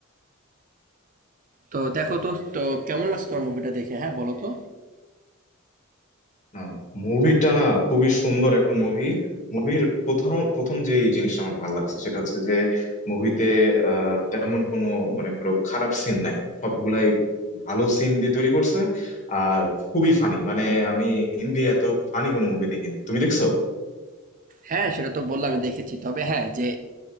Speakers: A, on the right; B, on the left.
A: তো দেখো তো তো কেমন লাগছে তোমার মুভিটা দেখে হ্যাঁ বলো তো
B: না মুভিটা না খুবই সুন্দর একটা মুভি মুভির প্রথম প্রথম যে জিনিসটা আমার ভালো লাগছে সেটা হচ্ছে যে মুভিতে আহ তেমন কোনো মানে কোনো খারাপ সিন নাই সবগুলাই ভালো সিন দিয়ে তৈরি করছে আর খুবই ফানি মানে আমি হিন্দি এত ফানি কোনো মুভি দেখিনি তুমি দেখছো
A: হ্যাঁ সেটা তো বললাম আমি দেখেছি তবে হ্যাঁ যে